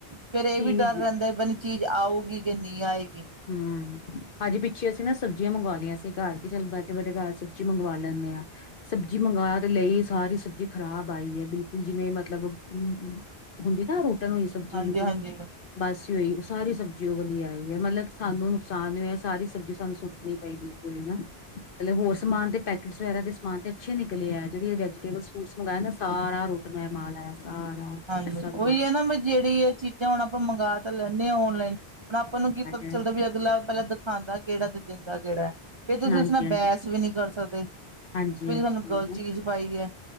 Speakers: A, on the right; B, on the left.
A: ਫੇਰ ਇਹ
B: ਜੀ
A: ਵੀ ਡਰ
B: ਜੀ
A: ਰਹਿੰਦਾ ਪਤਾਂ ਨੀ ਚੀਜ਼ ਆਊਗੀ? ਕਿ ਨੀ ਆਏ।
B: ਹਮ-ਮ ਅਜੇ ਪਿੱਛੇ ਏਨਾ ਸਬਜ਼ੀਆਂ ਮੰਗਵਾ ਲਈਆਂ ਸੀ ਘਰ ਕੇ ਚਲ ਬੈਠੇ ਬੈਠੇ ਘਰ ਸਬਜ਼ੀ ਮੰਗਵਾ ਲੈਂਦੇ ਹਾਂ। ਸਬਜ਼ੀ ਮੰਗਾਵਾ ਤੇ ਲਈ ਸਾਰੀ ਸਬਜ਼ੀ ਖ਼ਰਾਬ ਆਈ ਹੈ, ਬਿਲਕੁਲ ਜਿਵੇਂ ਮਤਲਬ ਹੂੰ ਹੂੰ ਹੁੰਦੀ ਨਾ ਰੂ ਹੋਈ ਸਬਜ਼ੀ
A: ਹਾਂਜੀ
B: ਬਿਲਕੁਲ
A: ਹਾਂਜੀ ਹੂੰ
B: ਬਾਸੀ ਹੋਈ ਉਹ ਸਾਰੀ ਸਬਜ਼ੀ ਉਹ ਵਾਲੀ ਆਈ ਹੈ। ਮਤਲਬ ਸਾਨੂੰ ਨੁਕਸਾਨ ਹੋਇਆ। ਸਾਰੀ ਸਬਜ਼ੀ ਸਾਨੂੰ ਸੁੱਟਣੀ ਪਈ ਬਿਲਕੁਲ ਹੀ ਨਾ। ਹਾਲੇ ਹੋਰ ਸਮਾਨ ਦੇ ਪੈਕਟਸ ਵਗੈਰਾ ਦੇ ਸਮਾਨ ਤੇ ਅੱਛੇ ਨਿਕਲੇ ਆ। ਜਿਹੜੇ ਇਹ ਵੈਜੀਟੇਬਲ ਸੂਪਸ ਮੰਗਾਏ ਨਾ ਸਾਰਾ ਰੁੱਟ ਮੈ ਮਾਲ ਆਇਆ ਸਾਰਾ
A: ਹਾਂਜੀ
B: ਇਸ ਤਰ੍ਹਾਂ ਦਾ ਮਾਲ
A: ਉਹੀ
B: ਨਿਕਲਿਆ।
A: ਹੈ, ਮੈਂ ਨਾ ਜਿਹੜੀ ਆ ਚੀਜ਼ਾਂ ਹੁਣ ਆਪਾ ਮੰਗਾ ਤਾਂ ਲੈਂਨੇ ਆ ਔਨਲਾਈਨ। ਹੁਣ ਆਪਾਂ ਨੂੰ ਕੀ
B: ਹਾਂਜੀ
A: ਪਤਾ ਚੱਲਦਾ ਵੀ ਅਗਲਾ ਪਹਿਲਾਂ ਦਿਖਾਂਦਾ ਕਿੜਾ ਤੇ ਦਿੰਦਾ ਕਿੜਾ। ਫੇਰ ਤੁਸੀਂ
B: ਹਾਂਜੀ
A: ਉਸ ਨਾਲ ਬਹਿਸ ਵੀ ਨਹੀਂ ਕਰ ਸਕਦੇ।
B: ਹਾਂਜੀ-
A: ਵੀ
B: ਹਾਂਜੀ
A: ਸਾਨੂੰ ਗਲਤ
B: ਹਮ
A: ਚੀਜ਼ ਪਾਈ ਹੈ